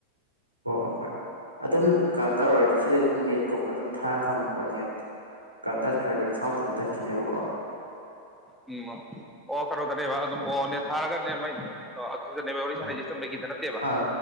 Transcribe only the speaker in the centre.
ꯎꯝ ꯑꯣ ꯀꯩꯅꯣꯗꯅꯦꯕ ꯑꯗꯨꯝ ꯑꯣꯅꯦ ꯊꯥꯔꯒꯅꯦ ꯃꯥꯏ ꯑꯗꯨꯗꯅꯦꯕ ꯋꯥꯔꯤ ꯁꯥꯟꯅꯩꯁꯦ
ꯆꯨꯝꯅꯒꯤꯗ ꯅꯠꯇꯦꯕ